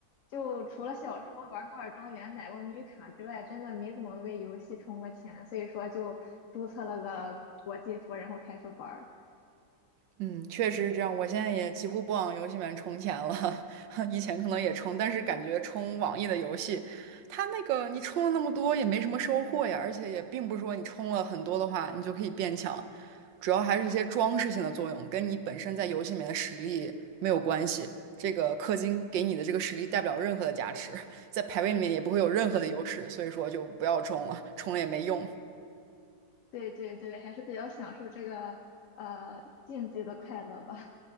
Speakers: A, on the left (about 55°); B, on the right (about 80°).
A: 就除了小时候玩《摩尔庄园》买过米卡之外，真的没怎么为游戏充过钱，所以说就注册了个国际服，然后开始玩儿。
B: 嗯，确实是这样。我现在也几乎不往游戏里面充钱了，<laughs> 以前可能也充，但是感觉充网易的游戏，它那个你充了那么多也没什么收获呀，而且也并不是说你充了很多的话你就可以变强，主要还是一些装饰性的作用，跟你本身在游戏里面的实力没有关系。这个氪金给你的这个实力带不了任何的加持，在排位里面也不会有任何的优势，
A: 对
B: 所以说就不要充了，充了也没用。
A: 对对对，还是比较享受这个呃竞技的快乐吧。